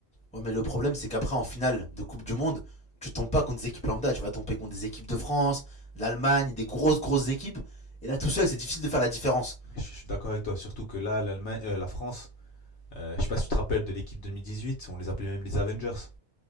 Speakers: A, in the centre; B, on the left.
A: Ouais, mais le problème, c'est qu'après, en finale de Coupe du Monde, tu tombes pas contre des équipes lambda. Tu vas tomber contre des équipes de France, de l'Allemagne, des grosses, grosses équipes. Et là, tout seul, c'est difficile de faire la différence.
B: Je je suis d'accord avec toi, surtout que là, l'Allemagne, euh, la France, euh, je sais pas si tu te rappelles de l'équipe 2018, on les appelait même les Avengers.